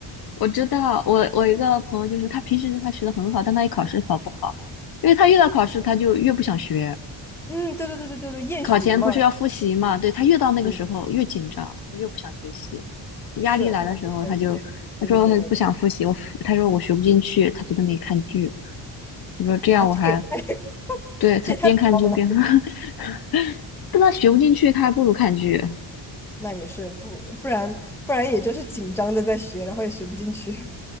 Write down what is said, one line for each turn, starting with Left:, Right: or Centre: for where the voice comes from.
Left: 我知道，我我一个朋友就是他平时他学的很好，但他一考试考不好，因为他越到考试他就越不想学，
Centre: 嗯，对对对对对对，厌学嘛。
Left: 考前不是要复习嘛？对，他越到那个时候越紧张，
Centre: 嗯，
Left: 他就越不想学习。压力来的时候，
Centre: 是我之前就这样。
Left: 他就他说他不想复习，
Centre: 对对对对对
Left: 我他说我学不进去，他就在那里看剧。他说这样我还
Centre: 啊，这也太 <laughs>
Left: 对他边看剧边，
Centre: 这也太不浪了。
Left: <laughs> 但他学不进去，他还不如看剧。
Centre: 那也是不不然不然也就是紧张的在学，然后也学不进去。